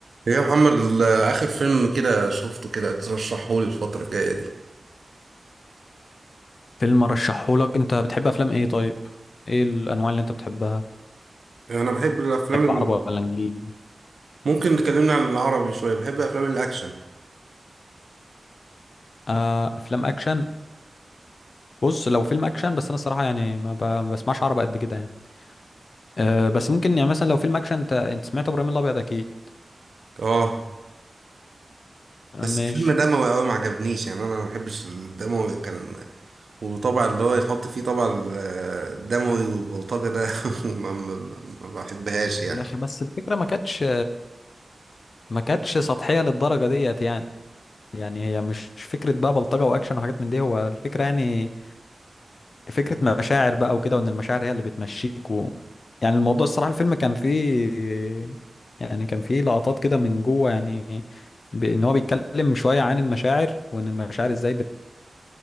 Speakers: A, on the right; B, on the left.
A: يا محمد ال- آخر فيلم كده شفته كده ترشحهولي الفترة الجاية دي
B: فيلم ارشحهولك انت بتحب افلام ايه طيب ايه الانواع اللي انت بتحبها
A: أنا بحب الأفلام
B: بتحب
A: ال...
B: عربي ولا انجليزي
A: ممكن تكلمنا عن العربي شوية بحب أفلام الأكشن
B: آه افلام اكشن بص لو فيلم اكشن بس انا الصراحه يعني ما ب- ما بسمعش عربي قد كده يعني آه بس ممكن يعني مثلا لو فيلم اكشن انت انت سمعت ابراهيم الابيض اكيد
A: أه
B: آه،
A: بس
B: ماشي
A: الفيلم دموي أوي ما عجبنيش يعني أنا ما بحبش الدموي كان وطبعا اللي هو يتحط فيه طبعا ال- الدموي والبلطجة ده <laughs> ما, ما, ما بحبهاش يعني
B: يا اخي بس الفكره ما كانتش ما كانتش سطحيه للدرجه ديت يعني يعني هي مش فكره بقى بلطجه واكشن وحاجات من دي هو الفكره يعني فكرة مشاعر بقى وكده وان المشاعر هي اللي بتمشيك و... يعني الموضوع الصراحة الفيلم كان فيه يعني كان فيه لقطات كده من جوه يعني بان هو بيتكلم شوية عن المشاعر وان المشاعر ازاي بت